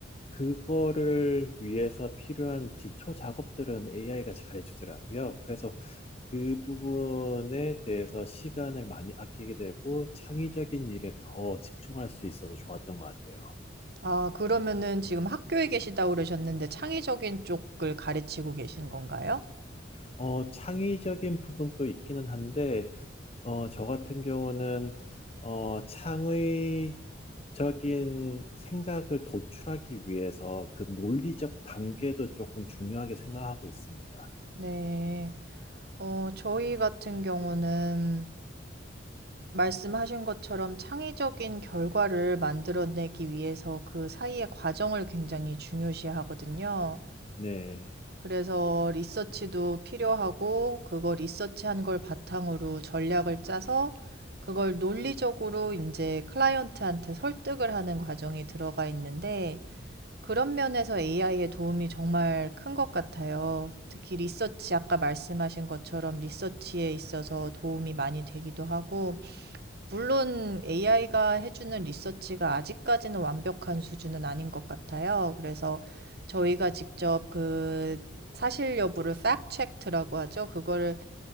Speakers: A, on the left; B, on the right.
A: 그거를 위해서 필요한 기초 작업들은 AI가 잘해주더라고요. 그래서 그 부분에 대해서 시간을 많이 아끼게 되고 창의적인 일에 더 집중할 수 있어서 좋았던 것 같아요.
B: 아, 그러면은 지금 학교에 계시다고 그러셨는데 창의적인 쪽을 가르치고 계신 건가요?
A: 어, 창의적인 부분도 있기는 한데, 어, 저 같은 경우는, 어, 창의적인 생각을 도출하기 위해서 그 논리적 단계도 조금 중요하게 생각하고 있습니다.
B: 네. 어, 저희 같은 경우는 말씀하신 것처럼 창의적인 결과를 만들어내기 위해서 그 사이의 과정을 굉장히 중요시하거든요.
A: 네.
B: 그래서 리서치도 필요하고 그거 리서치한 걸 바탕으로 전략을 짜서 그걸 논리적으로 이제 클라이언트한테 설득을 하는 과정이 들어가 있는데 그런 면에서 AI의 도움이 정말 큰 것 같아요. 특히 리서치, 아까 말씀하신 것처럼 리서치에 있어서 도움이 많이 되기도 하고 물론 AI가 해주는 리서치가 아직까지는 완벽한 수준은 아닌 것 같아요. 그래서 저희가 직접 그 사실 여부를 Fact c h e c k 라고 하죠. 그거를